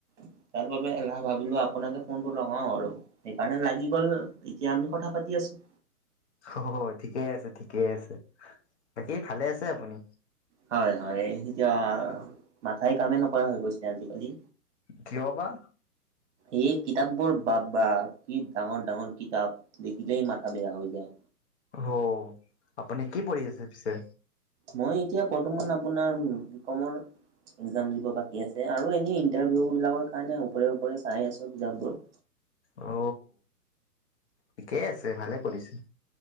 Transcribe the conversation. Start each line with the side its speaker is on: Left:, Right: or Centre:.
Right: তাৰ বাবে এলাহ ভাবিলোঁ আপোনাকে ফোনটো লগাও আৰু। সেইকাৰণে লাগি গ'ল, এতিয়া আমি কথা পাতি আছোঁ।
Left: অ, ঠিকে আছে, ঠিকেই আছে, বাকী ভালে আছে আপুনি?
Right: হয়, হয়, এতিয়া মাথাই কামেই নকৰা হৈ গৈছে, আজিকালি।
Left: কিয়, বা?
Right: এই কিতাপবোৰ বাপ, বাপ, কি ডাঙৰ ডাঙৰ কিতাপ। দেখিলেই মাথা, বেয়া হৈ যায়।
Left: অ, আপুনি কি পঢ়ি আছে পিছে?
Right: মই, এতিয়া বৰ্তমান আপোনাৰ, বিকমৰ একজাম দিব বাকী আছে, আৰু এনেই ইণ্টাৰভিউ বিলাকৰ কাৰণে ওপৰে, ওপৰে চাই আছো, কিতাপবোৰ।
Left: অ, ঠিকেই আছে ভালে কৰিছে,